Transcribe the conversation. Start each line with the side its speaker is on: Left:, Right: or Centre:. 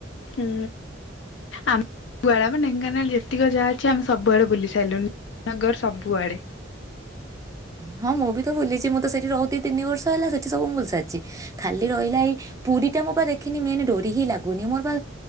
Left: ହୁଁ ଆମେ <unintelligible> ଢେଙ୍କାନାଳ ଯେତିକି ଯାହା ଅଛି ଆମେ ସବୁଆଡେ ବୁଲି ସାରିଲୁଣି ନଗର ସବୁଆଡେ
Right: ହଁ ମୁଁ ବି ତ ଭୁଲିଛି ମୁଁ ତ ସେଠି ରହୁଛି ଦି ତିନି ବର୍ଷ ହେଲା ସେଠି ସବୁ ବୁଲିସାରିଛି। ଖାଲି ରହିଲା ଏଇ ପୁରୀ ଟା ମୁଁ ପା ଦେଖିନି ମେନ ଡୋରି ହି ଲାଗୁନି ମୋର ପା